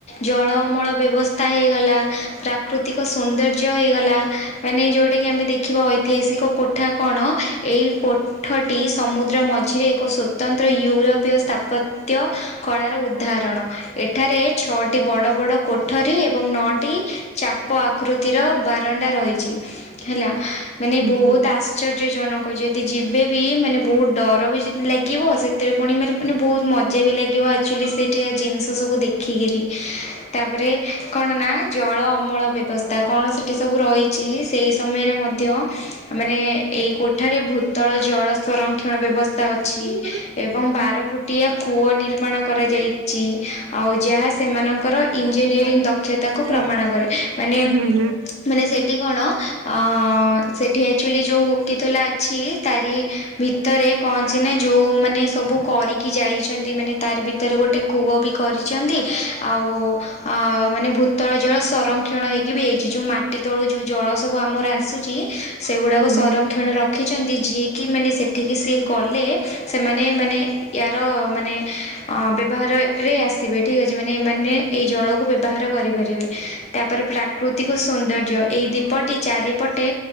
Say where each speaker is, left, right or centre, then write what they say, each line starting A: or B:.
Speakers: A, on the left; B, on the right.
A: ଜଳମଳ ବ୍ୟବସ୍ଥା ହେଇଗଲା ପ୍ରାକୃ ପ୍ରାକୃତିକ ସୋନ୍ଦର୍ଯ୍ୟ ହେଇଗଲା ମାନେ ଯୋଉଟା କି ଆମେ ଦେଖିବା ଐତିହାସିକ କୋଠା କଣ ଏ ଏହି କୋଠଟି ସମୁଦ୍ର ମଝିରେ ଏକ ସ୍ୱତନ୍ତ୍ର ୟୁରୋପୀୟ ସ୍ଥାପତ୍ୟ କଳାର ଉଦାହରଣ। ଏଠାରେ ଛଅଟି ବଡ଼ ବଡ଼ କୋଠରୀ ଏବଂ ନଅଟି ଚାପ ଆକୃତିର ବାରଣ୍ଡା ର ରହିଚି ହେଲା, ମାନେ ବହୁତ
B: ହୁଁ ହୁଁ ହୁଁ ହୁଁ ହୁଁ ହୁଁ
A: ଆଶ୍ଚଯ ଜନକ ଯଦି ଯିବେବି ମାନେ ବହୁ ଡର ବି ଯଦି ଲାଗିବ ସେଥିରେ ପୁଣି ମ ମାନେ ବହୁତ ମଜା ବି ଲାଗିବ। ସେଠିକା ଜିନିଷ ସବୁ ଦେଖିକିରି, ତାପରେ କ କଣ ନା ଜଳ ଅମଳ ବ୍ୟବସ୍ଥା କଣ ସେଠି ସବୁ ରହିଚି ସେଇ ସମୟରେ ମଧ୍ୟ ମାନେ ଏଇ କୋଠା ରେ ଭୂତଳ ଜଳ ସଂରକ୍ଷଣ ବ୍ୟବସ୍ଥା ଅଛି
B: ହୁଁ
A: ଏବଂ ବାର ଫୁଟିଆ କୂଅ ନିର୍ମାଣ ଏ ଇଚି ଆଉ ଯାହା ସେମାନଙ୍କର ଇଞ୍ଜିନିୟରିଂ ଦକ୍ଷତାକୁ
B: ହୁଁ
A: ପ୍ରମାଣ କରେ ମାନେ
B: ହୁଁ ହୁଁ।
A: ମାନେ ସେଠି କଣ ଅ ସେଠି ଆକଚୁଆଲି ଯଉ ଉକିଥୋଲା ଅଛି ତାରି ଭିତରେ କଣ ଅଛି ନା ଯୋଉ ମାନେ ସବୁ କରିକି ଯାଇଛନ୍ତି ମାନେ ତାରି ଭିତ ତାର ଗୋଟେ କୂଅ ବି କରିଚନ୍ତି ଆଉ ଅ ମାନେ ଭୂତଳ ଜଳ ସଂରକ୍ଷଣ ହେଇକି ବି ହେଇଚି। ଯୋଉ ମାଟି ତଳୁ ଯୋଉ ଜଳ ସବୁ ଆମର ଆସୁଚି ସେଗୁଡାକ
B: ହଁ
A: ସଂରକ୍ଷଣ ରଖିଛନ୍ତି। ଯିଏକି ମାନେ ସେଠିକି ସିଏ ଗଲେ ସେମାନେ ମାନେ ୟାର ମାନେ ଆ ବ୍ୟବହାରରେ ରେ ଆସିବ। ମାନେ ଠିକ ଅଛି ମାନେ ଏମାନେ ଏଇ ଜଳକୁ ବ୍ୟବହାର କରିପାରିବେ। ତାପରେ ପ୍ରାକୃତିକ ସୌନ୍ଦର୍ଯ୍ୟ ଏହି ଦ୍ୱୀପଟି ଚାରିପଟେ